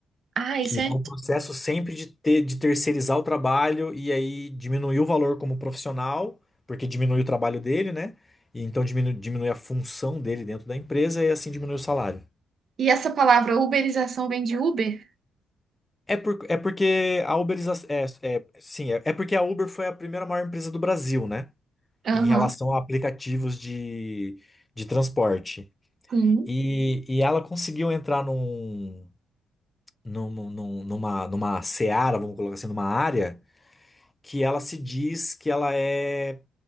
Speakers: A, on the right; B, on the left.
A: Ah,
B: Que
A: isso é.
B: é o processo sempre de, ter, de terceirizar o trabalho e aí diminuir o valor como profissional, porque diminui o trabalho dele, né? E então diminui, diminui a função dele dentro da empresa e assim diminui o salário.
A: E essa palavra uberização vem de Uber?
B: É, por, é porque a Uber, é, é, sim, é, é porque a Uber foi a primeira maior empresa do Brasil, né? Em
A: Aham,
B: relação a aplicativos de, de transporte.
A: sim,
B: E, e ela conseguiu entrar num, num, num- numa, numa seara, vamos colocar assim, numa área que ela se diz que ela é,